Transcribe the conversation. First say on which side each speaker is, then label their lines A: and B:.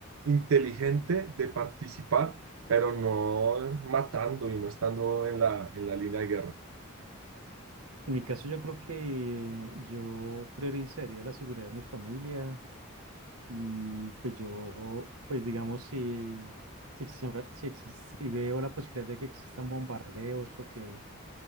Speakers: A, on the right; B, on the right.
A: inteligente de participar, pero no matando y no estando en la, en la línea de guerra.
B: En mi caso, yo creo que yo priorizaría la seguridad de mi familia y pues yo, pues digamos, si, si, existe- si, existe- si veo la posibilidad de que existan bombardeos o que,